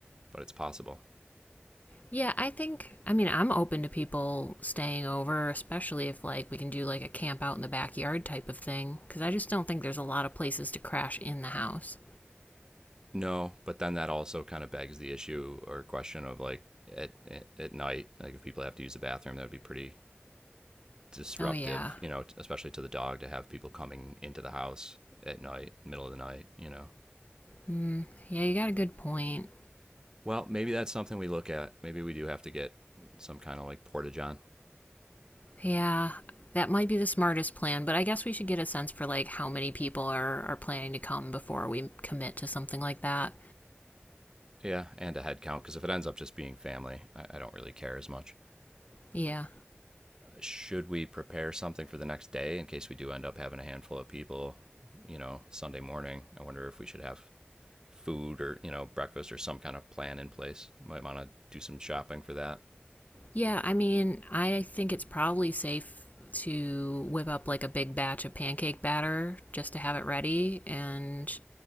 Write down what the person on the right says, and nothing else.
but it's possible.
No, but then that also kind of begs the issue or question of like at at- night, like if people have to use the bathroom, that would be pretty disruptive,
you know, especially to the dog to have people coming into the house at night, middle of the night, you know.
Well, maybe that's something we look at. Maybe we do have to get some kind of like portage on.
Yeah, and a head count because if it ends up just being family, I, I don't really care as much.
Should we prepare something for the next day in case we do end up having a handful of people? You know, Sunday morning. I wonder if we should have food or you know breakfast or some kind of plan in place. Might want to do some shopping for that.